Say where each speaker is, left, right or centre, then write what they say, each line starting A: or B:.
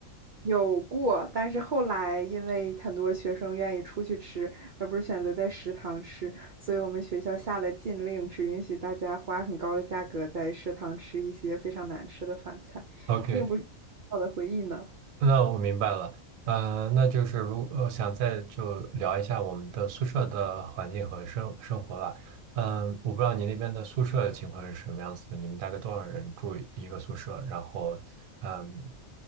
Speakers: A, on the right; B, on the right.
A: 有过，但是后来因为很多学生愿意出去吃，而不是选择在食堂吃，所以我们学校下了禁令，只允许大家花很高的价格在食堂吃一些非常难吃的饭菜，
B: ？OK，
A: 并不是美好的回忆呢。
B: 那我明白了，嗯，那就是如呃想再就聊一下我们的宿舍的环境和生生活吧。嗯，我不知道你那边的宿舍情况是什么样子的，你们大概多少人住一个宿舍？然后，嗯，